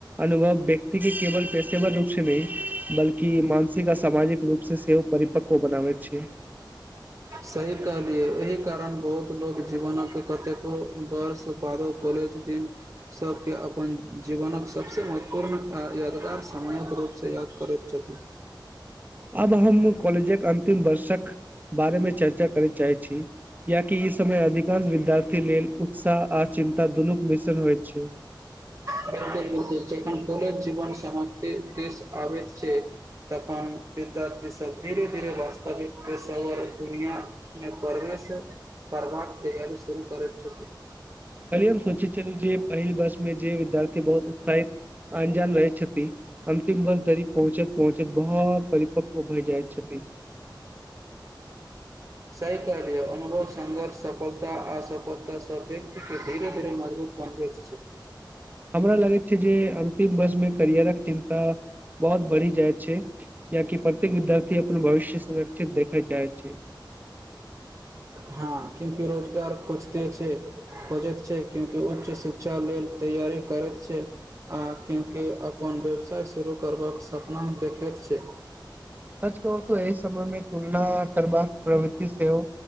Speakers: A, on the right; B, on the right.
A: अनुभव व्यक्ति के केवल पेशेबर रूपसँ नहि बल्कि कि मानसिक आ सामाजिक रूपसँ सेहो परिपक्कव बनाबैत छै
B: सही कहलियै एहि कारण बहुत लोग जीवनक कतेको वर्ष बादो कॉलेज दिन सभकेँ अपन जीवनक सबसँ महत्वपूर्ण यादगार समयक रूपसँ याद करैत छथिन
A: आब हम कॉलेजक अन्तिम वर्षक बारेमे चर्चा करैय चाहैत छी कियाकि ई समय अधिकांश विद्यार्थी लेल उत्साह आ चिन्ता दुनूक मिश्रण होइत छै
B: कतेको लोक एहि लेल जीवन समाप्ति दिश आबैत छै तखन विद्यार्थी सब धीरे-धीरे वास्तविक पेशेवर दुनियांमे बढ़ैत सब करबाक तैयारी शुरू करैत छथिन
A: कल्हिये हम सोचैत छेलि जे पहिल वर्षमे जे विद्यार्थी बहुत उत्साहित आ अनजान रहैत छथि अन्तिम वर्ष धरि पहुँचैत-पहुँचैत बहुत परि- पुपरी जाइत छथिन
B: सहि कहलियै अनुभव संघर्ष सफलता-असफलता सब व्यक्तिके धीरे-धीरे मजबूत बन- बैत छै
A: हमरा लगैत छै जे अंतिम वर्षमे करियरक चिन्ता बहुत बढ़ि जाइत छै कियाकि प्रत्येक विद्यार्थी अपन भविष्य सुरक्षित देखैय चाहैत छै
B: हँ क्यूंकि रोजगार खोजिते छै खोजैत छै क्यूंकि उच्च शिक्षा लेल तैयारी करैत छै आ क्यूंकि अपन अपन व्यवसाय शुरू करबाक सपना देखैत छै
A: सच कहू तऽ एहि समयमे तुलना करबाक प्रवृति सेहो